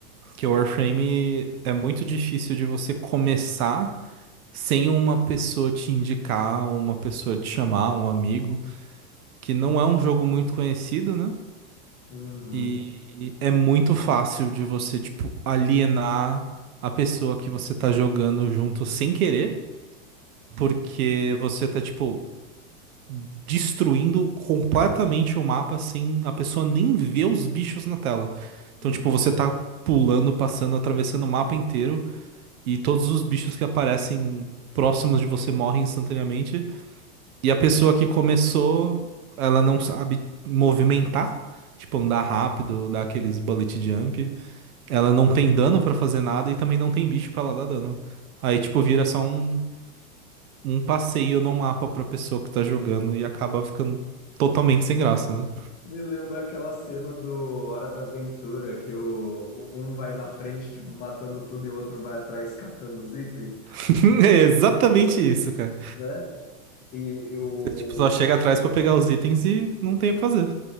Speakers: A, on the right; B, on the left.
A: que o Warframe é muito difícil de você começar sem uma pessoa te indicar, uma pessoa te chamar, um amigo. que não é um jogo muito conhecido, né?
B: Uhum.
A: E é muito fácil de você, tipo, alienar a pessoa que você tá jogando junto sem querer, porque você tá, tipo, destruindo completamente o mapa sem a pessoa nem ver os bichos na tela. Então,
B: Uhum.
A: tipo, você tá pulando, passando, atravessando o mapa inteiro e todos os bichos que aparecem próximos de você morrem instantaneamente. E a pessoa que começou, ela não sabe movimentar, tipo andar rápido, dar aqueles bullet jump. Ela não tem dano pra fazer nada e também não tem bicho pra ela dar dano. Aí, tipo, vira só um, um passeio no mapa pra pessoa que tá jogando e acaba ficando totalmente sem graça, né?
B: Me lembra aquela cena do Hora da Aventura, que o, um vai na frente, tipo, matando tudo, e o outro vai atrás catando os itens.
A: <laughs> É exatamente
B: Literalmente,
A: isso, cara.
B: né? E e o
A: Você, tipo, só chega atrás pra pegar os itens e não tem o que fazer.